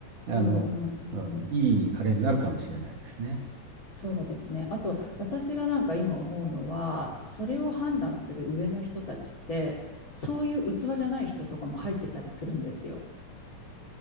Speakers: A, on the right (about 60°); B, on the left (about 30°).
A: あの、
B: うんうんうん
A: うんいいあれになるかもしれないですね。
B: そうですね。あと、私がなんか今思うのは、それを判断する上の人たちって、そういう器じゃない人とかも入ってたりするんですよ。